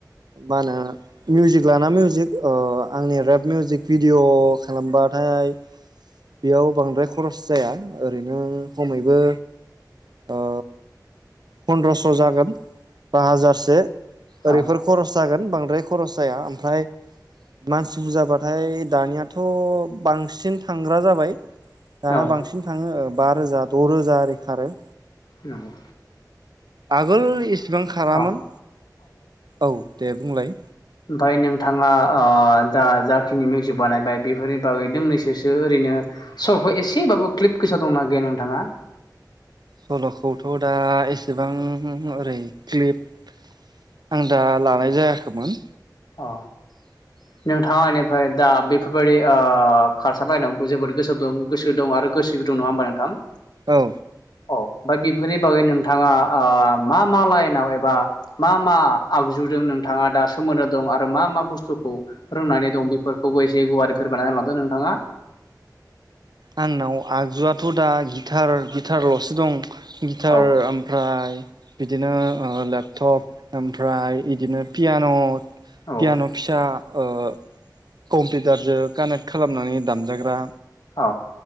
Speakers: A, on the right (about 70°); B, on the left (about 70°).
A: मा होनो मिउजिक लाना मिउजिक आंनि रेप मिउजिक भिडिअ' खालामबाथाय बेयाव बांद्राय खरस जाया ओरैनो खमैबो ओ फन्द्रस जागोन बा हाजारसे
B: औ
A: ओरैफोर खरस जागोन बांद्राय बांद्राय खरस जाया ओमफ्राय मानसि बुरजाबाथाय दानियाथ बांसिन थांग्रा जाबाय दाना
B: औ
A: बांसिन थाङो बा रोजा द रोजा ओरै खारो
B: नोंगौ
A: आगोल इसिबां खारामोन
B: औ
A: औ दे बुंलाय
B: ओमफाय नोंथाङा ओ दा जाखिनि मिउजिक बानायबाय बेफोरनि बागै दोंनैसोसो ओरैनो सरखौ एसेबाबो क्लिप गोसा दंना गैया नोंथाङा
A: सलखौथ दा एसेबां ओरै क्लिप आं दा लानाय जायाखैमोन
B: अ
A: <inaudible>
B: नोंथाङा एनिफ्राय दा बेफोरबायदि ओ खारसा बायनायावबो जोबोद गोसो दं गोसो दं आरो गोसो दं नङाहोमबा नोंथां
A: औ
B: औ ओमफ्राय बेफोरनि बागै नोंथाङा ओ मा मा लाइनाव एबा मा मा आगजु बेफोरदों नोंथाङा दा सोमोन्दो दं आरो मा मा बुस्थुखौ रोंनानै दं बे खौबो एसे गुवारै फोरमायना होलांदो नोंथाङा
A: आंनाव आगजुआथ दा गिटार गिटारल'सो दं गिटार
B: औ
A: ओमफ्राय बिदिनो लेपटप ओमफ्राय बिदिनो पियान' पियान'
B: औ
A: फिसा ओ कम्पिउटारजों कानेक्ट खालामनानै दामजाग्रा
B: औ